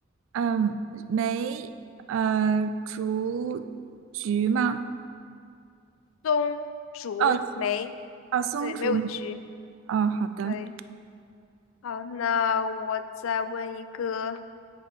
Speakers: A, on the right; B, on the left.
A: 嗯，梅呃竹菊吗？
B: 松、竹、
A: 哦
B: 梅。
A: 哦，松竹，
B: 对，没有菊。
A: 哦，好的，
B: 对，好，那我再问一个，